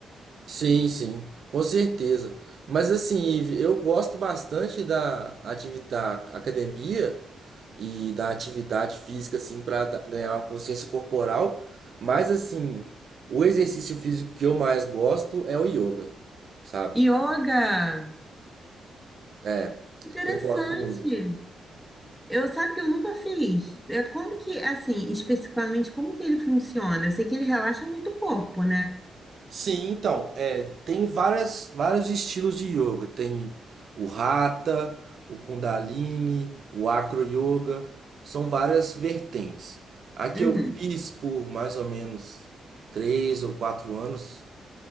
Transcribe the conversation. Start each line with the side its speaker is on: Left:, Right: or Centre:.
Right: Sim, sim, com certeza. Mas assim, Ive, eu gosto bastante da atividade da academia e da atividade física, assim, para ganhar uma consciência corporal. Mas assim, o exercício físico que eu mais gosto é o yoga, sabe?
Centre: Yoga!
Right: É,
Centre: Interessante!
Right: eu gosto muito.
Centre: Eu sabe que eu nunca fiz. É como que, assim, especificamente, como que ele funciona? Eu sei que ele relaxa muito o corpo, né?
Right: Sim, então, é, tem várias, vários estilos de yoga. Tem o Hatha, o Kundalini, o Acro Yoga. São várias vertentes. A que
Centre: Uhum.
Right: eu fiz por mais ou menos três ou quatro anos